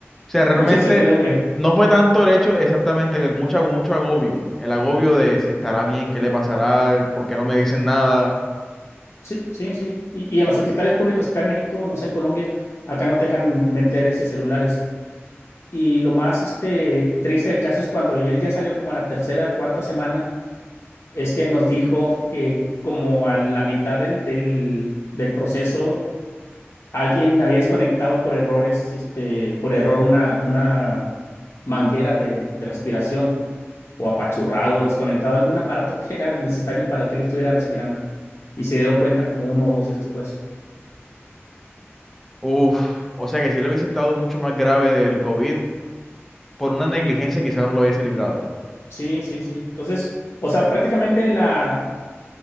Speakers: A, in the centre; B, on the left.
A: sea, realmente
B: Mucha incertidumbre.
A: no fue tanto el hecho exactamente, que el mucho, mucho agobio, el agobio de estará bien, qué le pasará, por qué no me dicen nada.
B: Sí, sí, sí. Y, y en los hospitales públicos acá en México, no sé, en Colombia, acá no te dejan meter ese celulares. Y lo más este, triste del caso es cuando y él ya salió como a la tercera, cuarta semana, es que nos dijo que como a la mitad del, del, del proceso alguien había desconectado por errores, este, por error una, una manguera de, de respiración o apachurrado, desconectado algún aparato que era necesario para que él estuviera respirando. Y se dieron cuenta como uno o dos días después.
A: Uf, o sea que si le hubiese estado mucho más grave del COVID, por una negligencia quizás no lo hubiese librado,
B: Sí, sí, sí. Entonces, o sea, prácticamente la,